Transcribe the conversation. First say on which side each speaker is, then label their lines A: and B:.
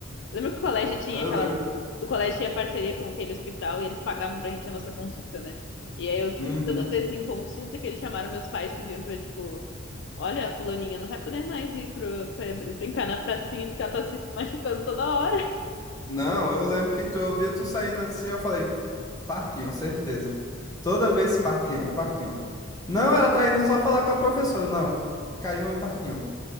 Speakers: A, on the left; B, on the left.
A: Lembra que o colégio tinha
B: Eu
A: aquela.
B: lembro.
A: O colégio tinha parceria com aquele hospital e eles pagavam pra gente a nossa consulta, né? E aí eu
B: Uhum.
A: fui todas as vezes em consulta que eles chamaram meus pais, pediram pra eu, tipo, olha, fulaninha, não vai poder mais ir pro, pra, pra brincar na pracinha porque ela tá se machucando toda hora.
B: Não, eu lembro que tu, eu via tu saindo assim, eu falei, Parquinho, certeza. Toda vez Parquinho, Parquinho. Não, ela tá indo só falar com a professora, não. Caiu no Parquinho.